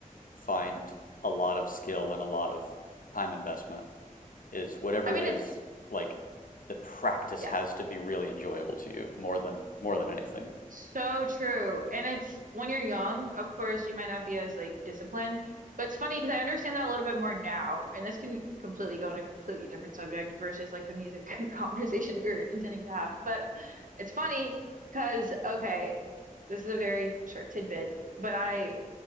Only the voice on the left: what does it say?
find a lot of skill and a lot of time investment. is whatever
it is,
like the practice
has to be really enjoyable to you more than more than anything.